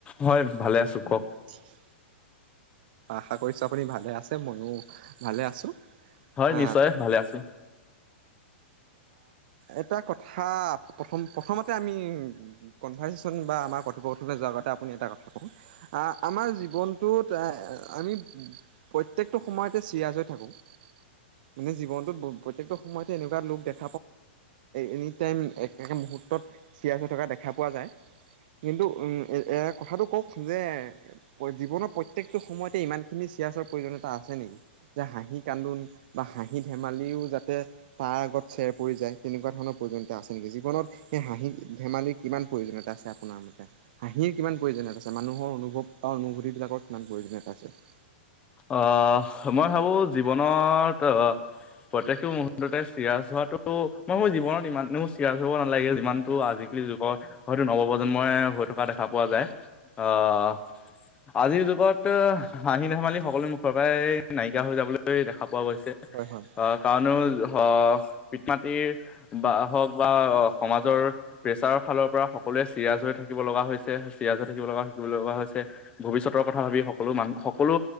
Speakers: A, on the left; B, on the right.
A: হয় ভালে আছো শু কক <unintelligible>
B: ঠিক <unintelligible> আশা কৰিছো আপুনি ভালে আছে মই অ ভালে আছো
A: হয়
B: হা
A: নিশ্চয় ভালে আছো
B: এটা কথা প্ৰথম প্ৰথমতে আমি কনভাৰ্চেশ্যন বা আমাৰ কথোপকথলৈ যোৱাৰগতে আপুনি এটা কথা কব আমাৰ জীৱনটোত আমি প্ৰত্যেকটো সময়তে চিৰিয়াছ হৈ থাকোঁ মানে জীৱনটোত প্ৰত্যেকটো সময়তে এনেকুৱা লোক দেখা এনি টাইম এক এক মুহূৰ্তত চিৰায়াছ হৈ থকা দেখা পোৱা যায় কিন্তু কথাটো কওক যে জীৱনৰ প্ৰত্যেকটো সময়ত াতে ইমান খিনি চিয়চৰ প্ৰয়োজনীয়তা আছে নেকি যে হাঁহি কান্দোন বা হাঁহি ধেমালিও যাতে তাৰ আগত চেৰ পৰি যায় তেনেকুৱা ধৰণৰ প্ৰয়োজনীয়তা আছে নেকি জীৱনত স হাঁহি ধেমালিৰ কিমান প্ৰয়োজনীয়তা আছে আপোনাৰ মতে হাঁহিৰ কিমান প্ৰয়োজনীয়তা আছে মানুহৰ অনুভৱ অ অনুভূতি বিাক কিমান প্ৰয়োীয়তাছে আ <unintelligible>
A: অ মই ভাবো জীৱন ত অ প্ৰত্েকটো মুহুৰৰ্ততে চিৰাছ হোৱাটো মই মোৰ জীৱনত ইমান মোৰ চিৰায়াছ হব নালাগে যিমানতটো আজিকালি যুগত হয়তো নৱপ্ৰজন্মই হৈ থকা দেখা পোৱা যায় আহ আজিৰ যুগত হাঁহি ধেমালি সকলো মুখৰ পৰাই এই নাইিকিয় হৈ যাবলৈ দেখাা পোৱা গৈছে
B: হয় হয়।
A: আহ কাৰণো
B: এইটো
A: আহ
B: একেবাৰে
A: পিত মাতৃৰ
B: সঁচা।
A: বা হওক বা
B: সম্পূৰ্ণকৈ
A: সমাজৰ প্ৰেছাৰৰ ফালৰ পৰা সকলোৱে চিয়াছ হৈ থাকিব লগা হৈছে চিয়াজে থাকিব লগা শিকিব লগা হৈছে ভৱিষ্যতৰ কথা ভাবি সকলো মানুহ সকলো